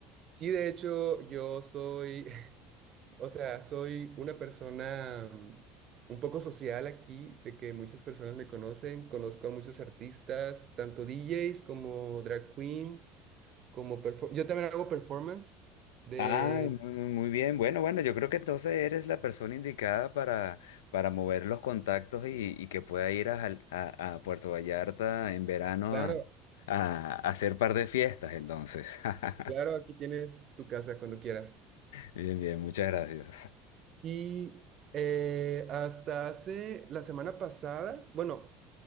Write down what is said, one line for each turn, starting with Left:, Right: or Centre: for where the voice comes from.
Right: sí, de hecho yo soy, <laughs> o sea, soy una persona mm, un poco social aquí, de que muchas personas me conocen, conozco a muchos artistas, tanto DJs como drag queens, como perfor- yo también hago performance de,
Left: Ah, muy, muy muy bien. Bueno, bueno, yo creo que entonces eres la persona indicada para, para mover los contactos y, y que pueda ir a, Jal- a, a Puerto Vallarta en verano
Right: claro,
Left: a, a a hacer par de fiestas, entonces. <laughs>
Right: claro, aquí tienes tu casa cuando quieras.
Left: Bien, bien, muchas gracias.
Right: Y eh, hasta hace la semana pasada, bueno,